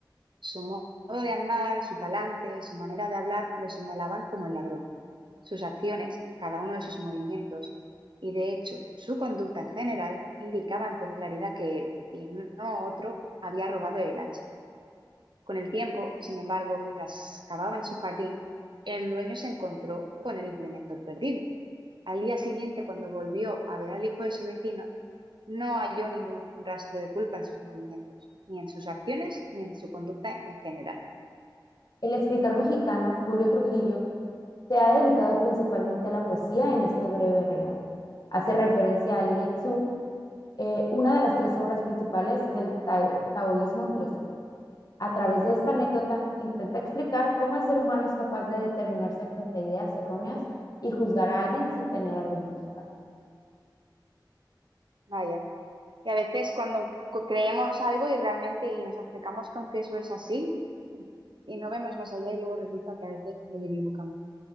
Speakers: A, on the right; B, on the left.
A: Su modo de andar, su talante y su manera de hablar lo señalaban como el ladrón sus acciones, cada uno de sus movimientos y de hecho su conducta en general indicaban con claridad que él y no otro había robado el hacha. Con el tiempo, sin embargo, mientras cavaba en su jardín, el dueño se encontró con el implemento perdido. Al día siguiente, cuando volvió a ver al hijo de su vecino, no halló ningún rastro de culpa en sus movimientos, ni en sus acciones, ni en su conducta en general.
B: El escritor mexicano Julio Trujillo Se ha dedicado principalmente a la poesía en este breve relato. Hace referencia a Lietzu, eh, una de las tres obras principales del tao taoísmo filosófico. A través de esta anécdota intenta explicar cómo el ser humano es capaz de determinarse frente a ideas erróneas y juzgar a alguien sin tener argumentos válidos.
A: Vaya, y a veces cuando co- creemos algo y realmente y nos obcecamos con que eso es así, y no vemos más allá y luego resulta que a veces nos equivocamos.